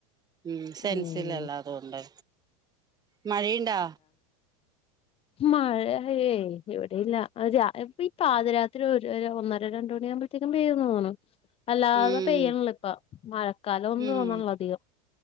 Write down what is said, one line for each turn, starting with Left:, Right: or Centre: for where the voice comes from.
Right: ഉം സെൻസില്ലല്ല
Left: ഉം
Right: അതുകൊണ്ട് മഴയിണ്ടാ
Left: മഴ ഏ ഇവിടെയില്ല ഇപ്പം ഈ പാതി രാത്രി ഒരു ഒന്നര രണ്ടു മണി ആവുമ്പഴത്തേക്ക് പെയ്യു തോന്നണു അല്ലാതെ
Right: ഉം
Left: പെയ്യണില്ല ഇപ്പം മഴക്കാലം ആന്നു
Right: ഉം
Left: തോന്നുന്നില്ല അതികം